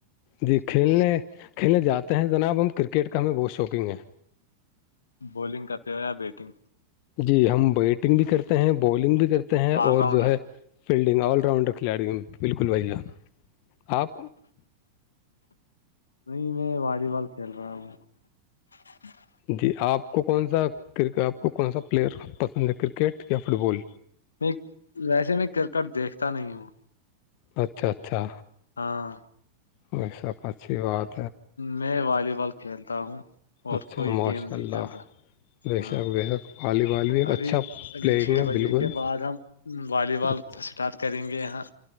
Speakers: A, on the left; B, on the left.
A: جی کھیلنے کھیلنے جاتے ہیں جناب ہم کرکٹ کا ہمیں بہت شوکنگ ہے
B: بولنگ کرتے ہو یا بیٹنگ
A: جی ہم بیٹنگ بھی کرتے ہیں بولنگ بھی کرتے ہیں
B: آل
A: اور
B: راؤنڈر
A: جو ہے فیلڈنگ راؤنڈر کھلاڑی بالکل بھیا آپ
B: نہیں میں والی بال کھیل رہا ہوں <inaudible>
A: جی آپ کو کون سا کرک آپ کو کون سا پلیئر پسند ہے کرکٹ یا فٹ بال
B: میں ویسے میں کرکٹ دیکھتا نہیں ہوں
A: اچھا اچھا
B: ہاں
A: وہی سب آچشھی باد
B: میں والی بال کھیلتا ہوں اور
A: اچھا
B: کوئی
A: ماشاء
B: گیم نہیں
A: اللہ
B: کھیلتا
A: بے
B: ہاں
A: شک بے شک والی بال بھی ایک
B: ابھی
A: اچھا
B: ابھی
A: پلیئنگ
B: چھ
A: ہے
B: بجے
A: بالکل
B: کے بعد ہم والی بال
A: اچھا
B: اسٹارٹ کریں گے یہاں